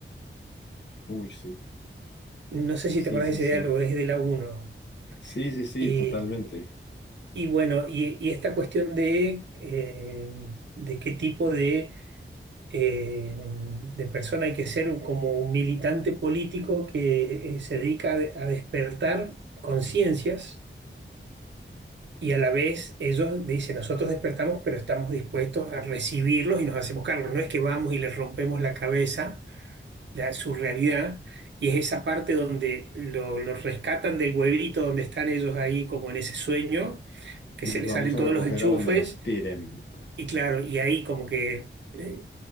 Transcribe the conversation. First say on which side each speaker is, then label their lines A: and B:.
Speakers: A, on the left; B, on the right.
A: Uy, sí.
B: No sé si
A: Sí,
B: te acuerdas
A: sí,
B: de ese
A: sí.
B: diálogo, es de la uno
A: Sí, sí, sí,
B: Eh,
A: totalmente.
B: y bueno, y, y esta cuestión de, eh, de qué tipo de eh, de persona, hay que ser un- como un militante político que eh, se dedica a, de- a despertar conciencias y a la vez ellos dicen, nosotros despertamos, pero estamos dispuestos a recibirlos y nos hacemos cargo. No es que vamos y les rompemos la cabeza, la, su realidad, y es esa parte donde lo, los rescatan del huevito donde están ellos ahí como en ese sueño, que
A: Y
B: se
A: los
B: les
A: vamos
B: salen
A: a
B: todos
A: recoger
B: los enchufes
A: a donde los tiren.
B: y claro, y ahí como que eh,